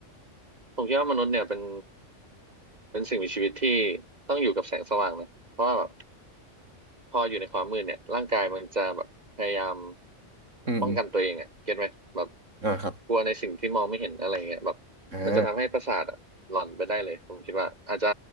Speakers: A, on the right; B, on the right.
A: ผมคิดว่ามนุษย์เนี่ยเป็นเป็นสิ่งมีชีวิตที่ต้องอยู่กับแสงสว่างนะเพราะว่าแบบ พออยู่ในความมืดเนี่ยร่างกายมันจะแบบพยายาม
B: อืมอม
A: ป้องกันตัวเองอ่ะเก็ตไหมแบบ
B: อ่าครับ
A: กลัวในสิ่งที่มองไม่เห็นอะไรเงี้ยแบบมันจะทำให้ประสาทอะหลอนไปได้เลยผมคิดว่าอาจจะ
B: อ่า